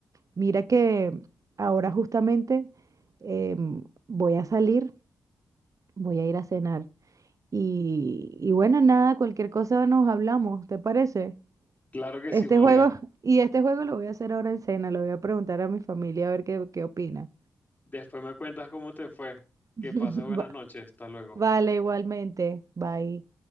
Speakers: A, on the right; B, on the left.
A: Mira que ahora justamente em, voy a salir, voy a ir a cenar. Y, y bueno, nada, cualquier cosa nos hablamos, ¿te parece?
B: Claro que
A: Este
B: sí, María.
A: juego, <laughs> y este juego lo voy a hacer ahora en cena, lo voy a preguntar a mi familia a ver qué, qué opina.
B: Después me cuentas cómo te fue.
A: <laughs>
B: Que pases buenas
A: Va-
B: noches. Hasta luego.
A: Vale, igualmente. Bye.